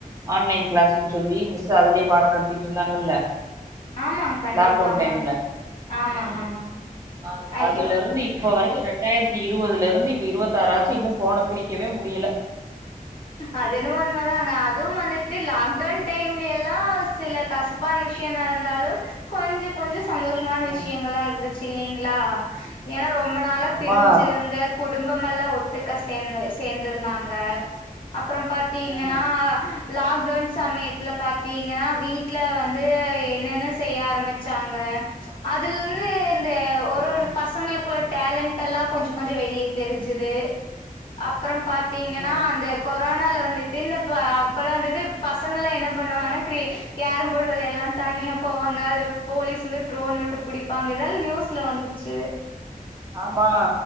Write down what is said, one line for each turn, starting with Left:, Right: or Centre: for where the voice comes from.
Right: ஆன்லைன் கிளாஸ்னு சொல்லி மிஸ் அதுலே பாட நடத்திட்டு இருந்தாங்கல்ல
Left: ஆமாங்க கண்டிப்பாங்க
Right: லாக் டவுன் டைம்ல
Left: ஆமாங்க
Right: ம்
Left: ஆமாங்க
Right: அ
Left: ஐயோ
Right: அதுல இருந் து இப்ப வரைக்கு ரெண்டாயிரத்து இருவதுல இருந்து இப்ப இருவத்தி ஆறாச்சு இன்னு ஃபோனா பிரிக்கவே முடில
Left: அது என்வோ உண்ம தாங்க அதுவும் வந்துட்டு லாக்டவுன் டைம்ல எல்லா சில கசப்பான விஷய என்ன நடந்தாலு கொஞ்ச கொஞ்ச சந்தோஷ கசப்பான
Right: ம்
Left: விஷயங்களா இருந்துச்சு இல்லைங்ளா ஏன்னா ரொம்ப நாளா
Right: ஆமா
Left: பிரிஞ்சியிருந்த குடும்பம் எல்லா ஒட்டுக்கா சேந்து சேந்து இருந்தாங்க அப்றோ பாத்தீங்ன்னா
Right: ம்
Left: லாக்டவுன் சமயத்துல பாத்தீங்கனா வீட்ல வந்து என்னென்ன செய்ய ஆரம்பிச்சாங்க அதுல இருந்து இந்த ஒரு
Right: ம்
Left: ஒரு பசங்களுக்குள்ள டேலண்ட் எல்லா கொஞ்ச கொஞ்ச வெளிய தெரிஞ்சுது அப்றோ பாத்தீங்கன்னா
Right: ம்
Left: னால வந்துட்டு இந்த அப்பல்லா வந்துட்டு பசங்கள என்ன பண்ணுவாங்னா கிர கேரம்போர்டு விளையாடுலானு தனிய போவாங்க அத போலீஸ் வந்து ட்ரோன் விட்டு புடிப்பாங்க இதல நியூஸ்ல வந்துச்சு
Right: ஆமா